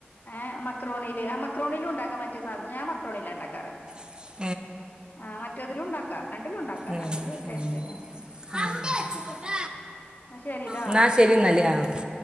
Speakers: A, on the left; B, on the right.
A: ഏഹ് മക്രോണിയിൽ ആഹ് മക്രോണിയിലും ഇണ്ടാക്ക മറ്റേ സാധനം ഞാൻ മക്രോണിൽ ഇണ്ടാക്കാറ്
B: <inaudible>
A: ആ മറ്റേതിലും ഉണ്ടാക്ക രണ്ടിലും ഉണ്ടാക്ക
B: ഏ
A: രണ്ടിലും ഒരു
B: ഏ.
A: ടേസ്റ്റ് തന്നെ
B: <unintelligible>
A: എന്നാ ശരിട്ടാ
B: എന്നാ ശരി എന്നാൽ ആഹ്